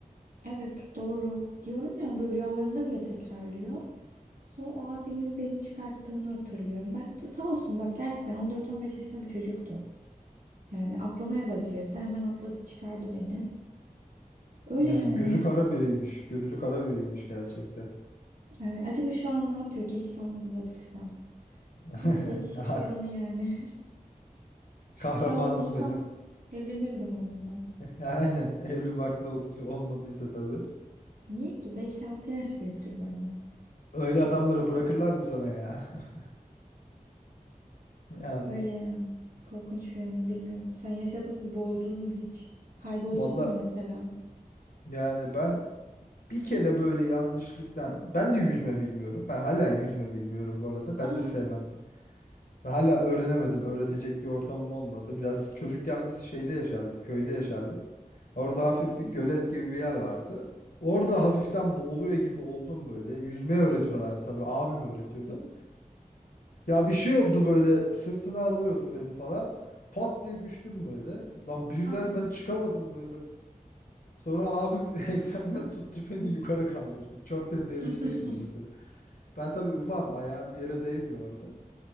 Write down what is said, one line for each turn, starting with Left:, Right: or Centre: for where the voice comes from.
Right: Evet doğru. Diyorum ya böyle rüyalarımda bile tekrarlıyor. Sonra o abinin beni çıkarttığını hatırlıyorum. Bak sağ olsun bak gerçekten 14-15 yaşında bir çocuktu. Yani atlamaya da bilirdi. Hemen atladı çıkardı beni. Öyle
Left: Yani
Right: yani.
Left: gözü kara biriymiş. Gözü kara biriymiş gerçekten.
Right: Evet, acaba şu an ne yapıyor? Keşke onu bulabilsem.
Left: <laughs>
Right: Böyle değişik
Left: Ha,
Right: bir anı yani. <laughs>
Left: Kahramanım
Right: Şu an onu bulsam
Left: benim.
Right: evlenirdim onunla.
Left: <laughs> Ya, Aynen. Evli barklı olmuş olmadıysa tabii.
Right: Niye ki? 5-6 yaş büyüktür benden.
Left: Öyle adamları bırakırlar mı sana ya? <laughs> Yani
Right: Öyle ya. Korkunç bir anı bilmiyorum. Sen yaşadın mı? Boğuldun mu hiç? Kayboldun
Left: valla
Right: mu mesela?
Left: yani ben Bir kere böyle yanlışlıktan ben de yüzme bilmiyorum. Ben hala yüzme bilmiyorum bu arada. Ben
Right: Aa.
Left: de sevmemdi. Ve hala öğrenemedim. Öğretecek bir ortamım olmadı. Biraz çocukken biz şeyde yaşardık, köyde yaşardık. Orada hafif
Right: Hmm.
Left: bir gölet gibi bir yer vardı. Orada hafiften boğuluyor gibi oldum böyle. Yüzmeyi öğretiyorlardı tabii. Abim öğretiyordu. Ya bir şey oldu böyle sırtına alıyordu beni falan. Pat diye düştüm böyle. Lan birden
Right: Aa.
Left: ben çıkamadım böyle. Sonra abim <laughs> ensemden tuttu beni yukarı kaldırdı. Çok da derin
Right: <laughs>
Left: değildi mesela. Ben tabii ufam ayağım yere değmiyor orada.